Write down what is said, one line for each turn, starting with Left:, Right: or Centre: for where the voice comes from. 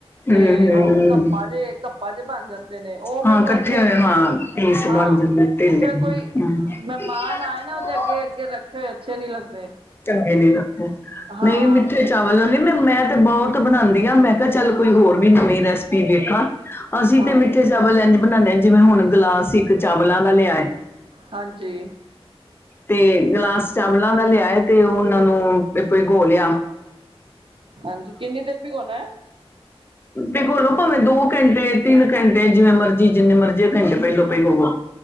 Right: ਤੇ
Left: ਹੂੰ ਹੂੰ
Right: ਉਹ ਕੱਪਾ ਜੇ ਕੱਪਾ ਜਿਹੇ ਬਣ ਜਾਂਦੇ ਨੇ ਉਹ
Left: ਹਾਂ
Right: ਮੈਨੂੰ
Left: ਇਕੱਠੇ
Right: ਅੱਛੇ
Left: ਹੋਏ ਹਾਂ ਪੀਸ ਬਣ
Right: ਹਾਂ
Left: ਜਾਂਦੇ ਢਿੱਲੇ
Right: ਉਹ ਫੇਿਰ ਕੋਈ
Left: ਹੂੰ
Right: ਮਹਿਮਾਨ ਆਏ ਨਾ ਉਹਦੇ ਅੱਗੇ ਅੱਗੇ ਰੱਖੇ ਹੋਏ ਅੱਛੇ ਨਹੀਂੀ ਲੱਗਦੇ
Left: ਚੰਗੇ ਨੀ ਲੱਗਦੇ
Right: ਹਾਂ
Left: ਨਹੀਂ ਮਿੱਠੇ ਚਾਵਲ ਉਹਦੇ ਮ ਮੈਂ ਤੇ ਬਹੁਤ ਬਣਾਉਂਦੀ ਆ ਮੈਂ ਕਿਹਾ ਚੱਲ ਕੋਈ ਹੋਰ ਵੀ ਨਵੀਂ ਰੈਸਪੀ ਵੇਖਾ ਅਸੀਂ
Right: ਹਾਂ
Left: ਤੇ ਮਿੱਠੇ ਚਾਵਲ ਲੈਂਦੇ ਬਣਾਉਦੇ ਜਿਵੇਂ ਹੁਣ ਗਲਾਸ ਇੱਕ ਚਾਵਲਾਂ ਦਾ ਲਿਆਏ
Right: ਹਾਂਜੀ
Left: ਤੇ ਗਲਾਸ ਚਾਵਲਾਂ ਦਾ ਲਿਆਏ ਤੇ ਉਹ ਉਹਨਾਂ ਨੂੰ ਗੋ ਲਿਆ
Right: ਹਾਂਜੀ ਕਿੰਨੀ ਦੇਰ ਵੀ ਗਉਣਾ ਹੈ
Left: ਭਗੋਲੋ ਭਾਵੇਂ ਦੋ ਘੰਟੇ ਤਿੰਨ ਘੰਟੇ ਜਿਵੇਂ ਮਰਜੀੀ ਜਿੰਨੇ ਮਰਜ਼ੀ ਘੰਟੇ ਪਹਿਲੋਂ ਪ ਹੋਵੋ